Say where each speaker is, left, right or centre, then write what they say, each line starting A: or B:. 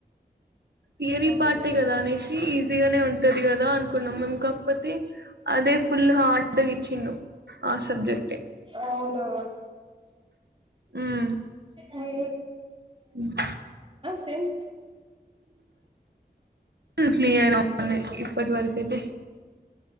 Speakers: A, on the right (about 75°); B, on the right (about 30°).
A: థియరీ
B: అవునా
A: పార్ట్ ఏ కదానేషీ ఇగ్ ఈసీగనే ఉంటది కదా అన్ కున్నాం మేము, కాకపోతే అదే ఫుల్లు హార్డ్ గ ఇచ్చిండు ఆ సబ్జెక్టే.
B: అవునా
A: ఉమ్,
B: మీ
A: మ్
B: సెమ్స్
A: ఆల్ క్లియర్ వున్నయి, ఇప్పటి వరకైతే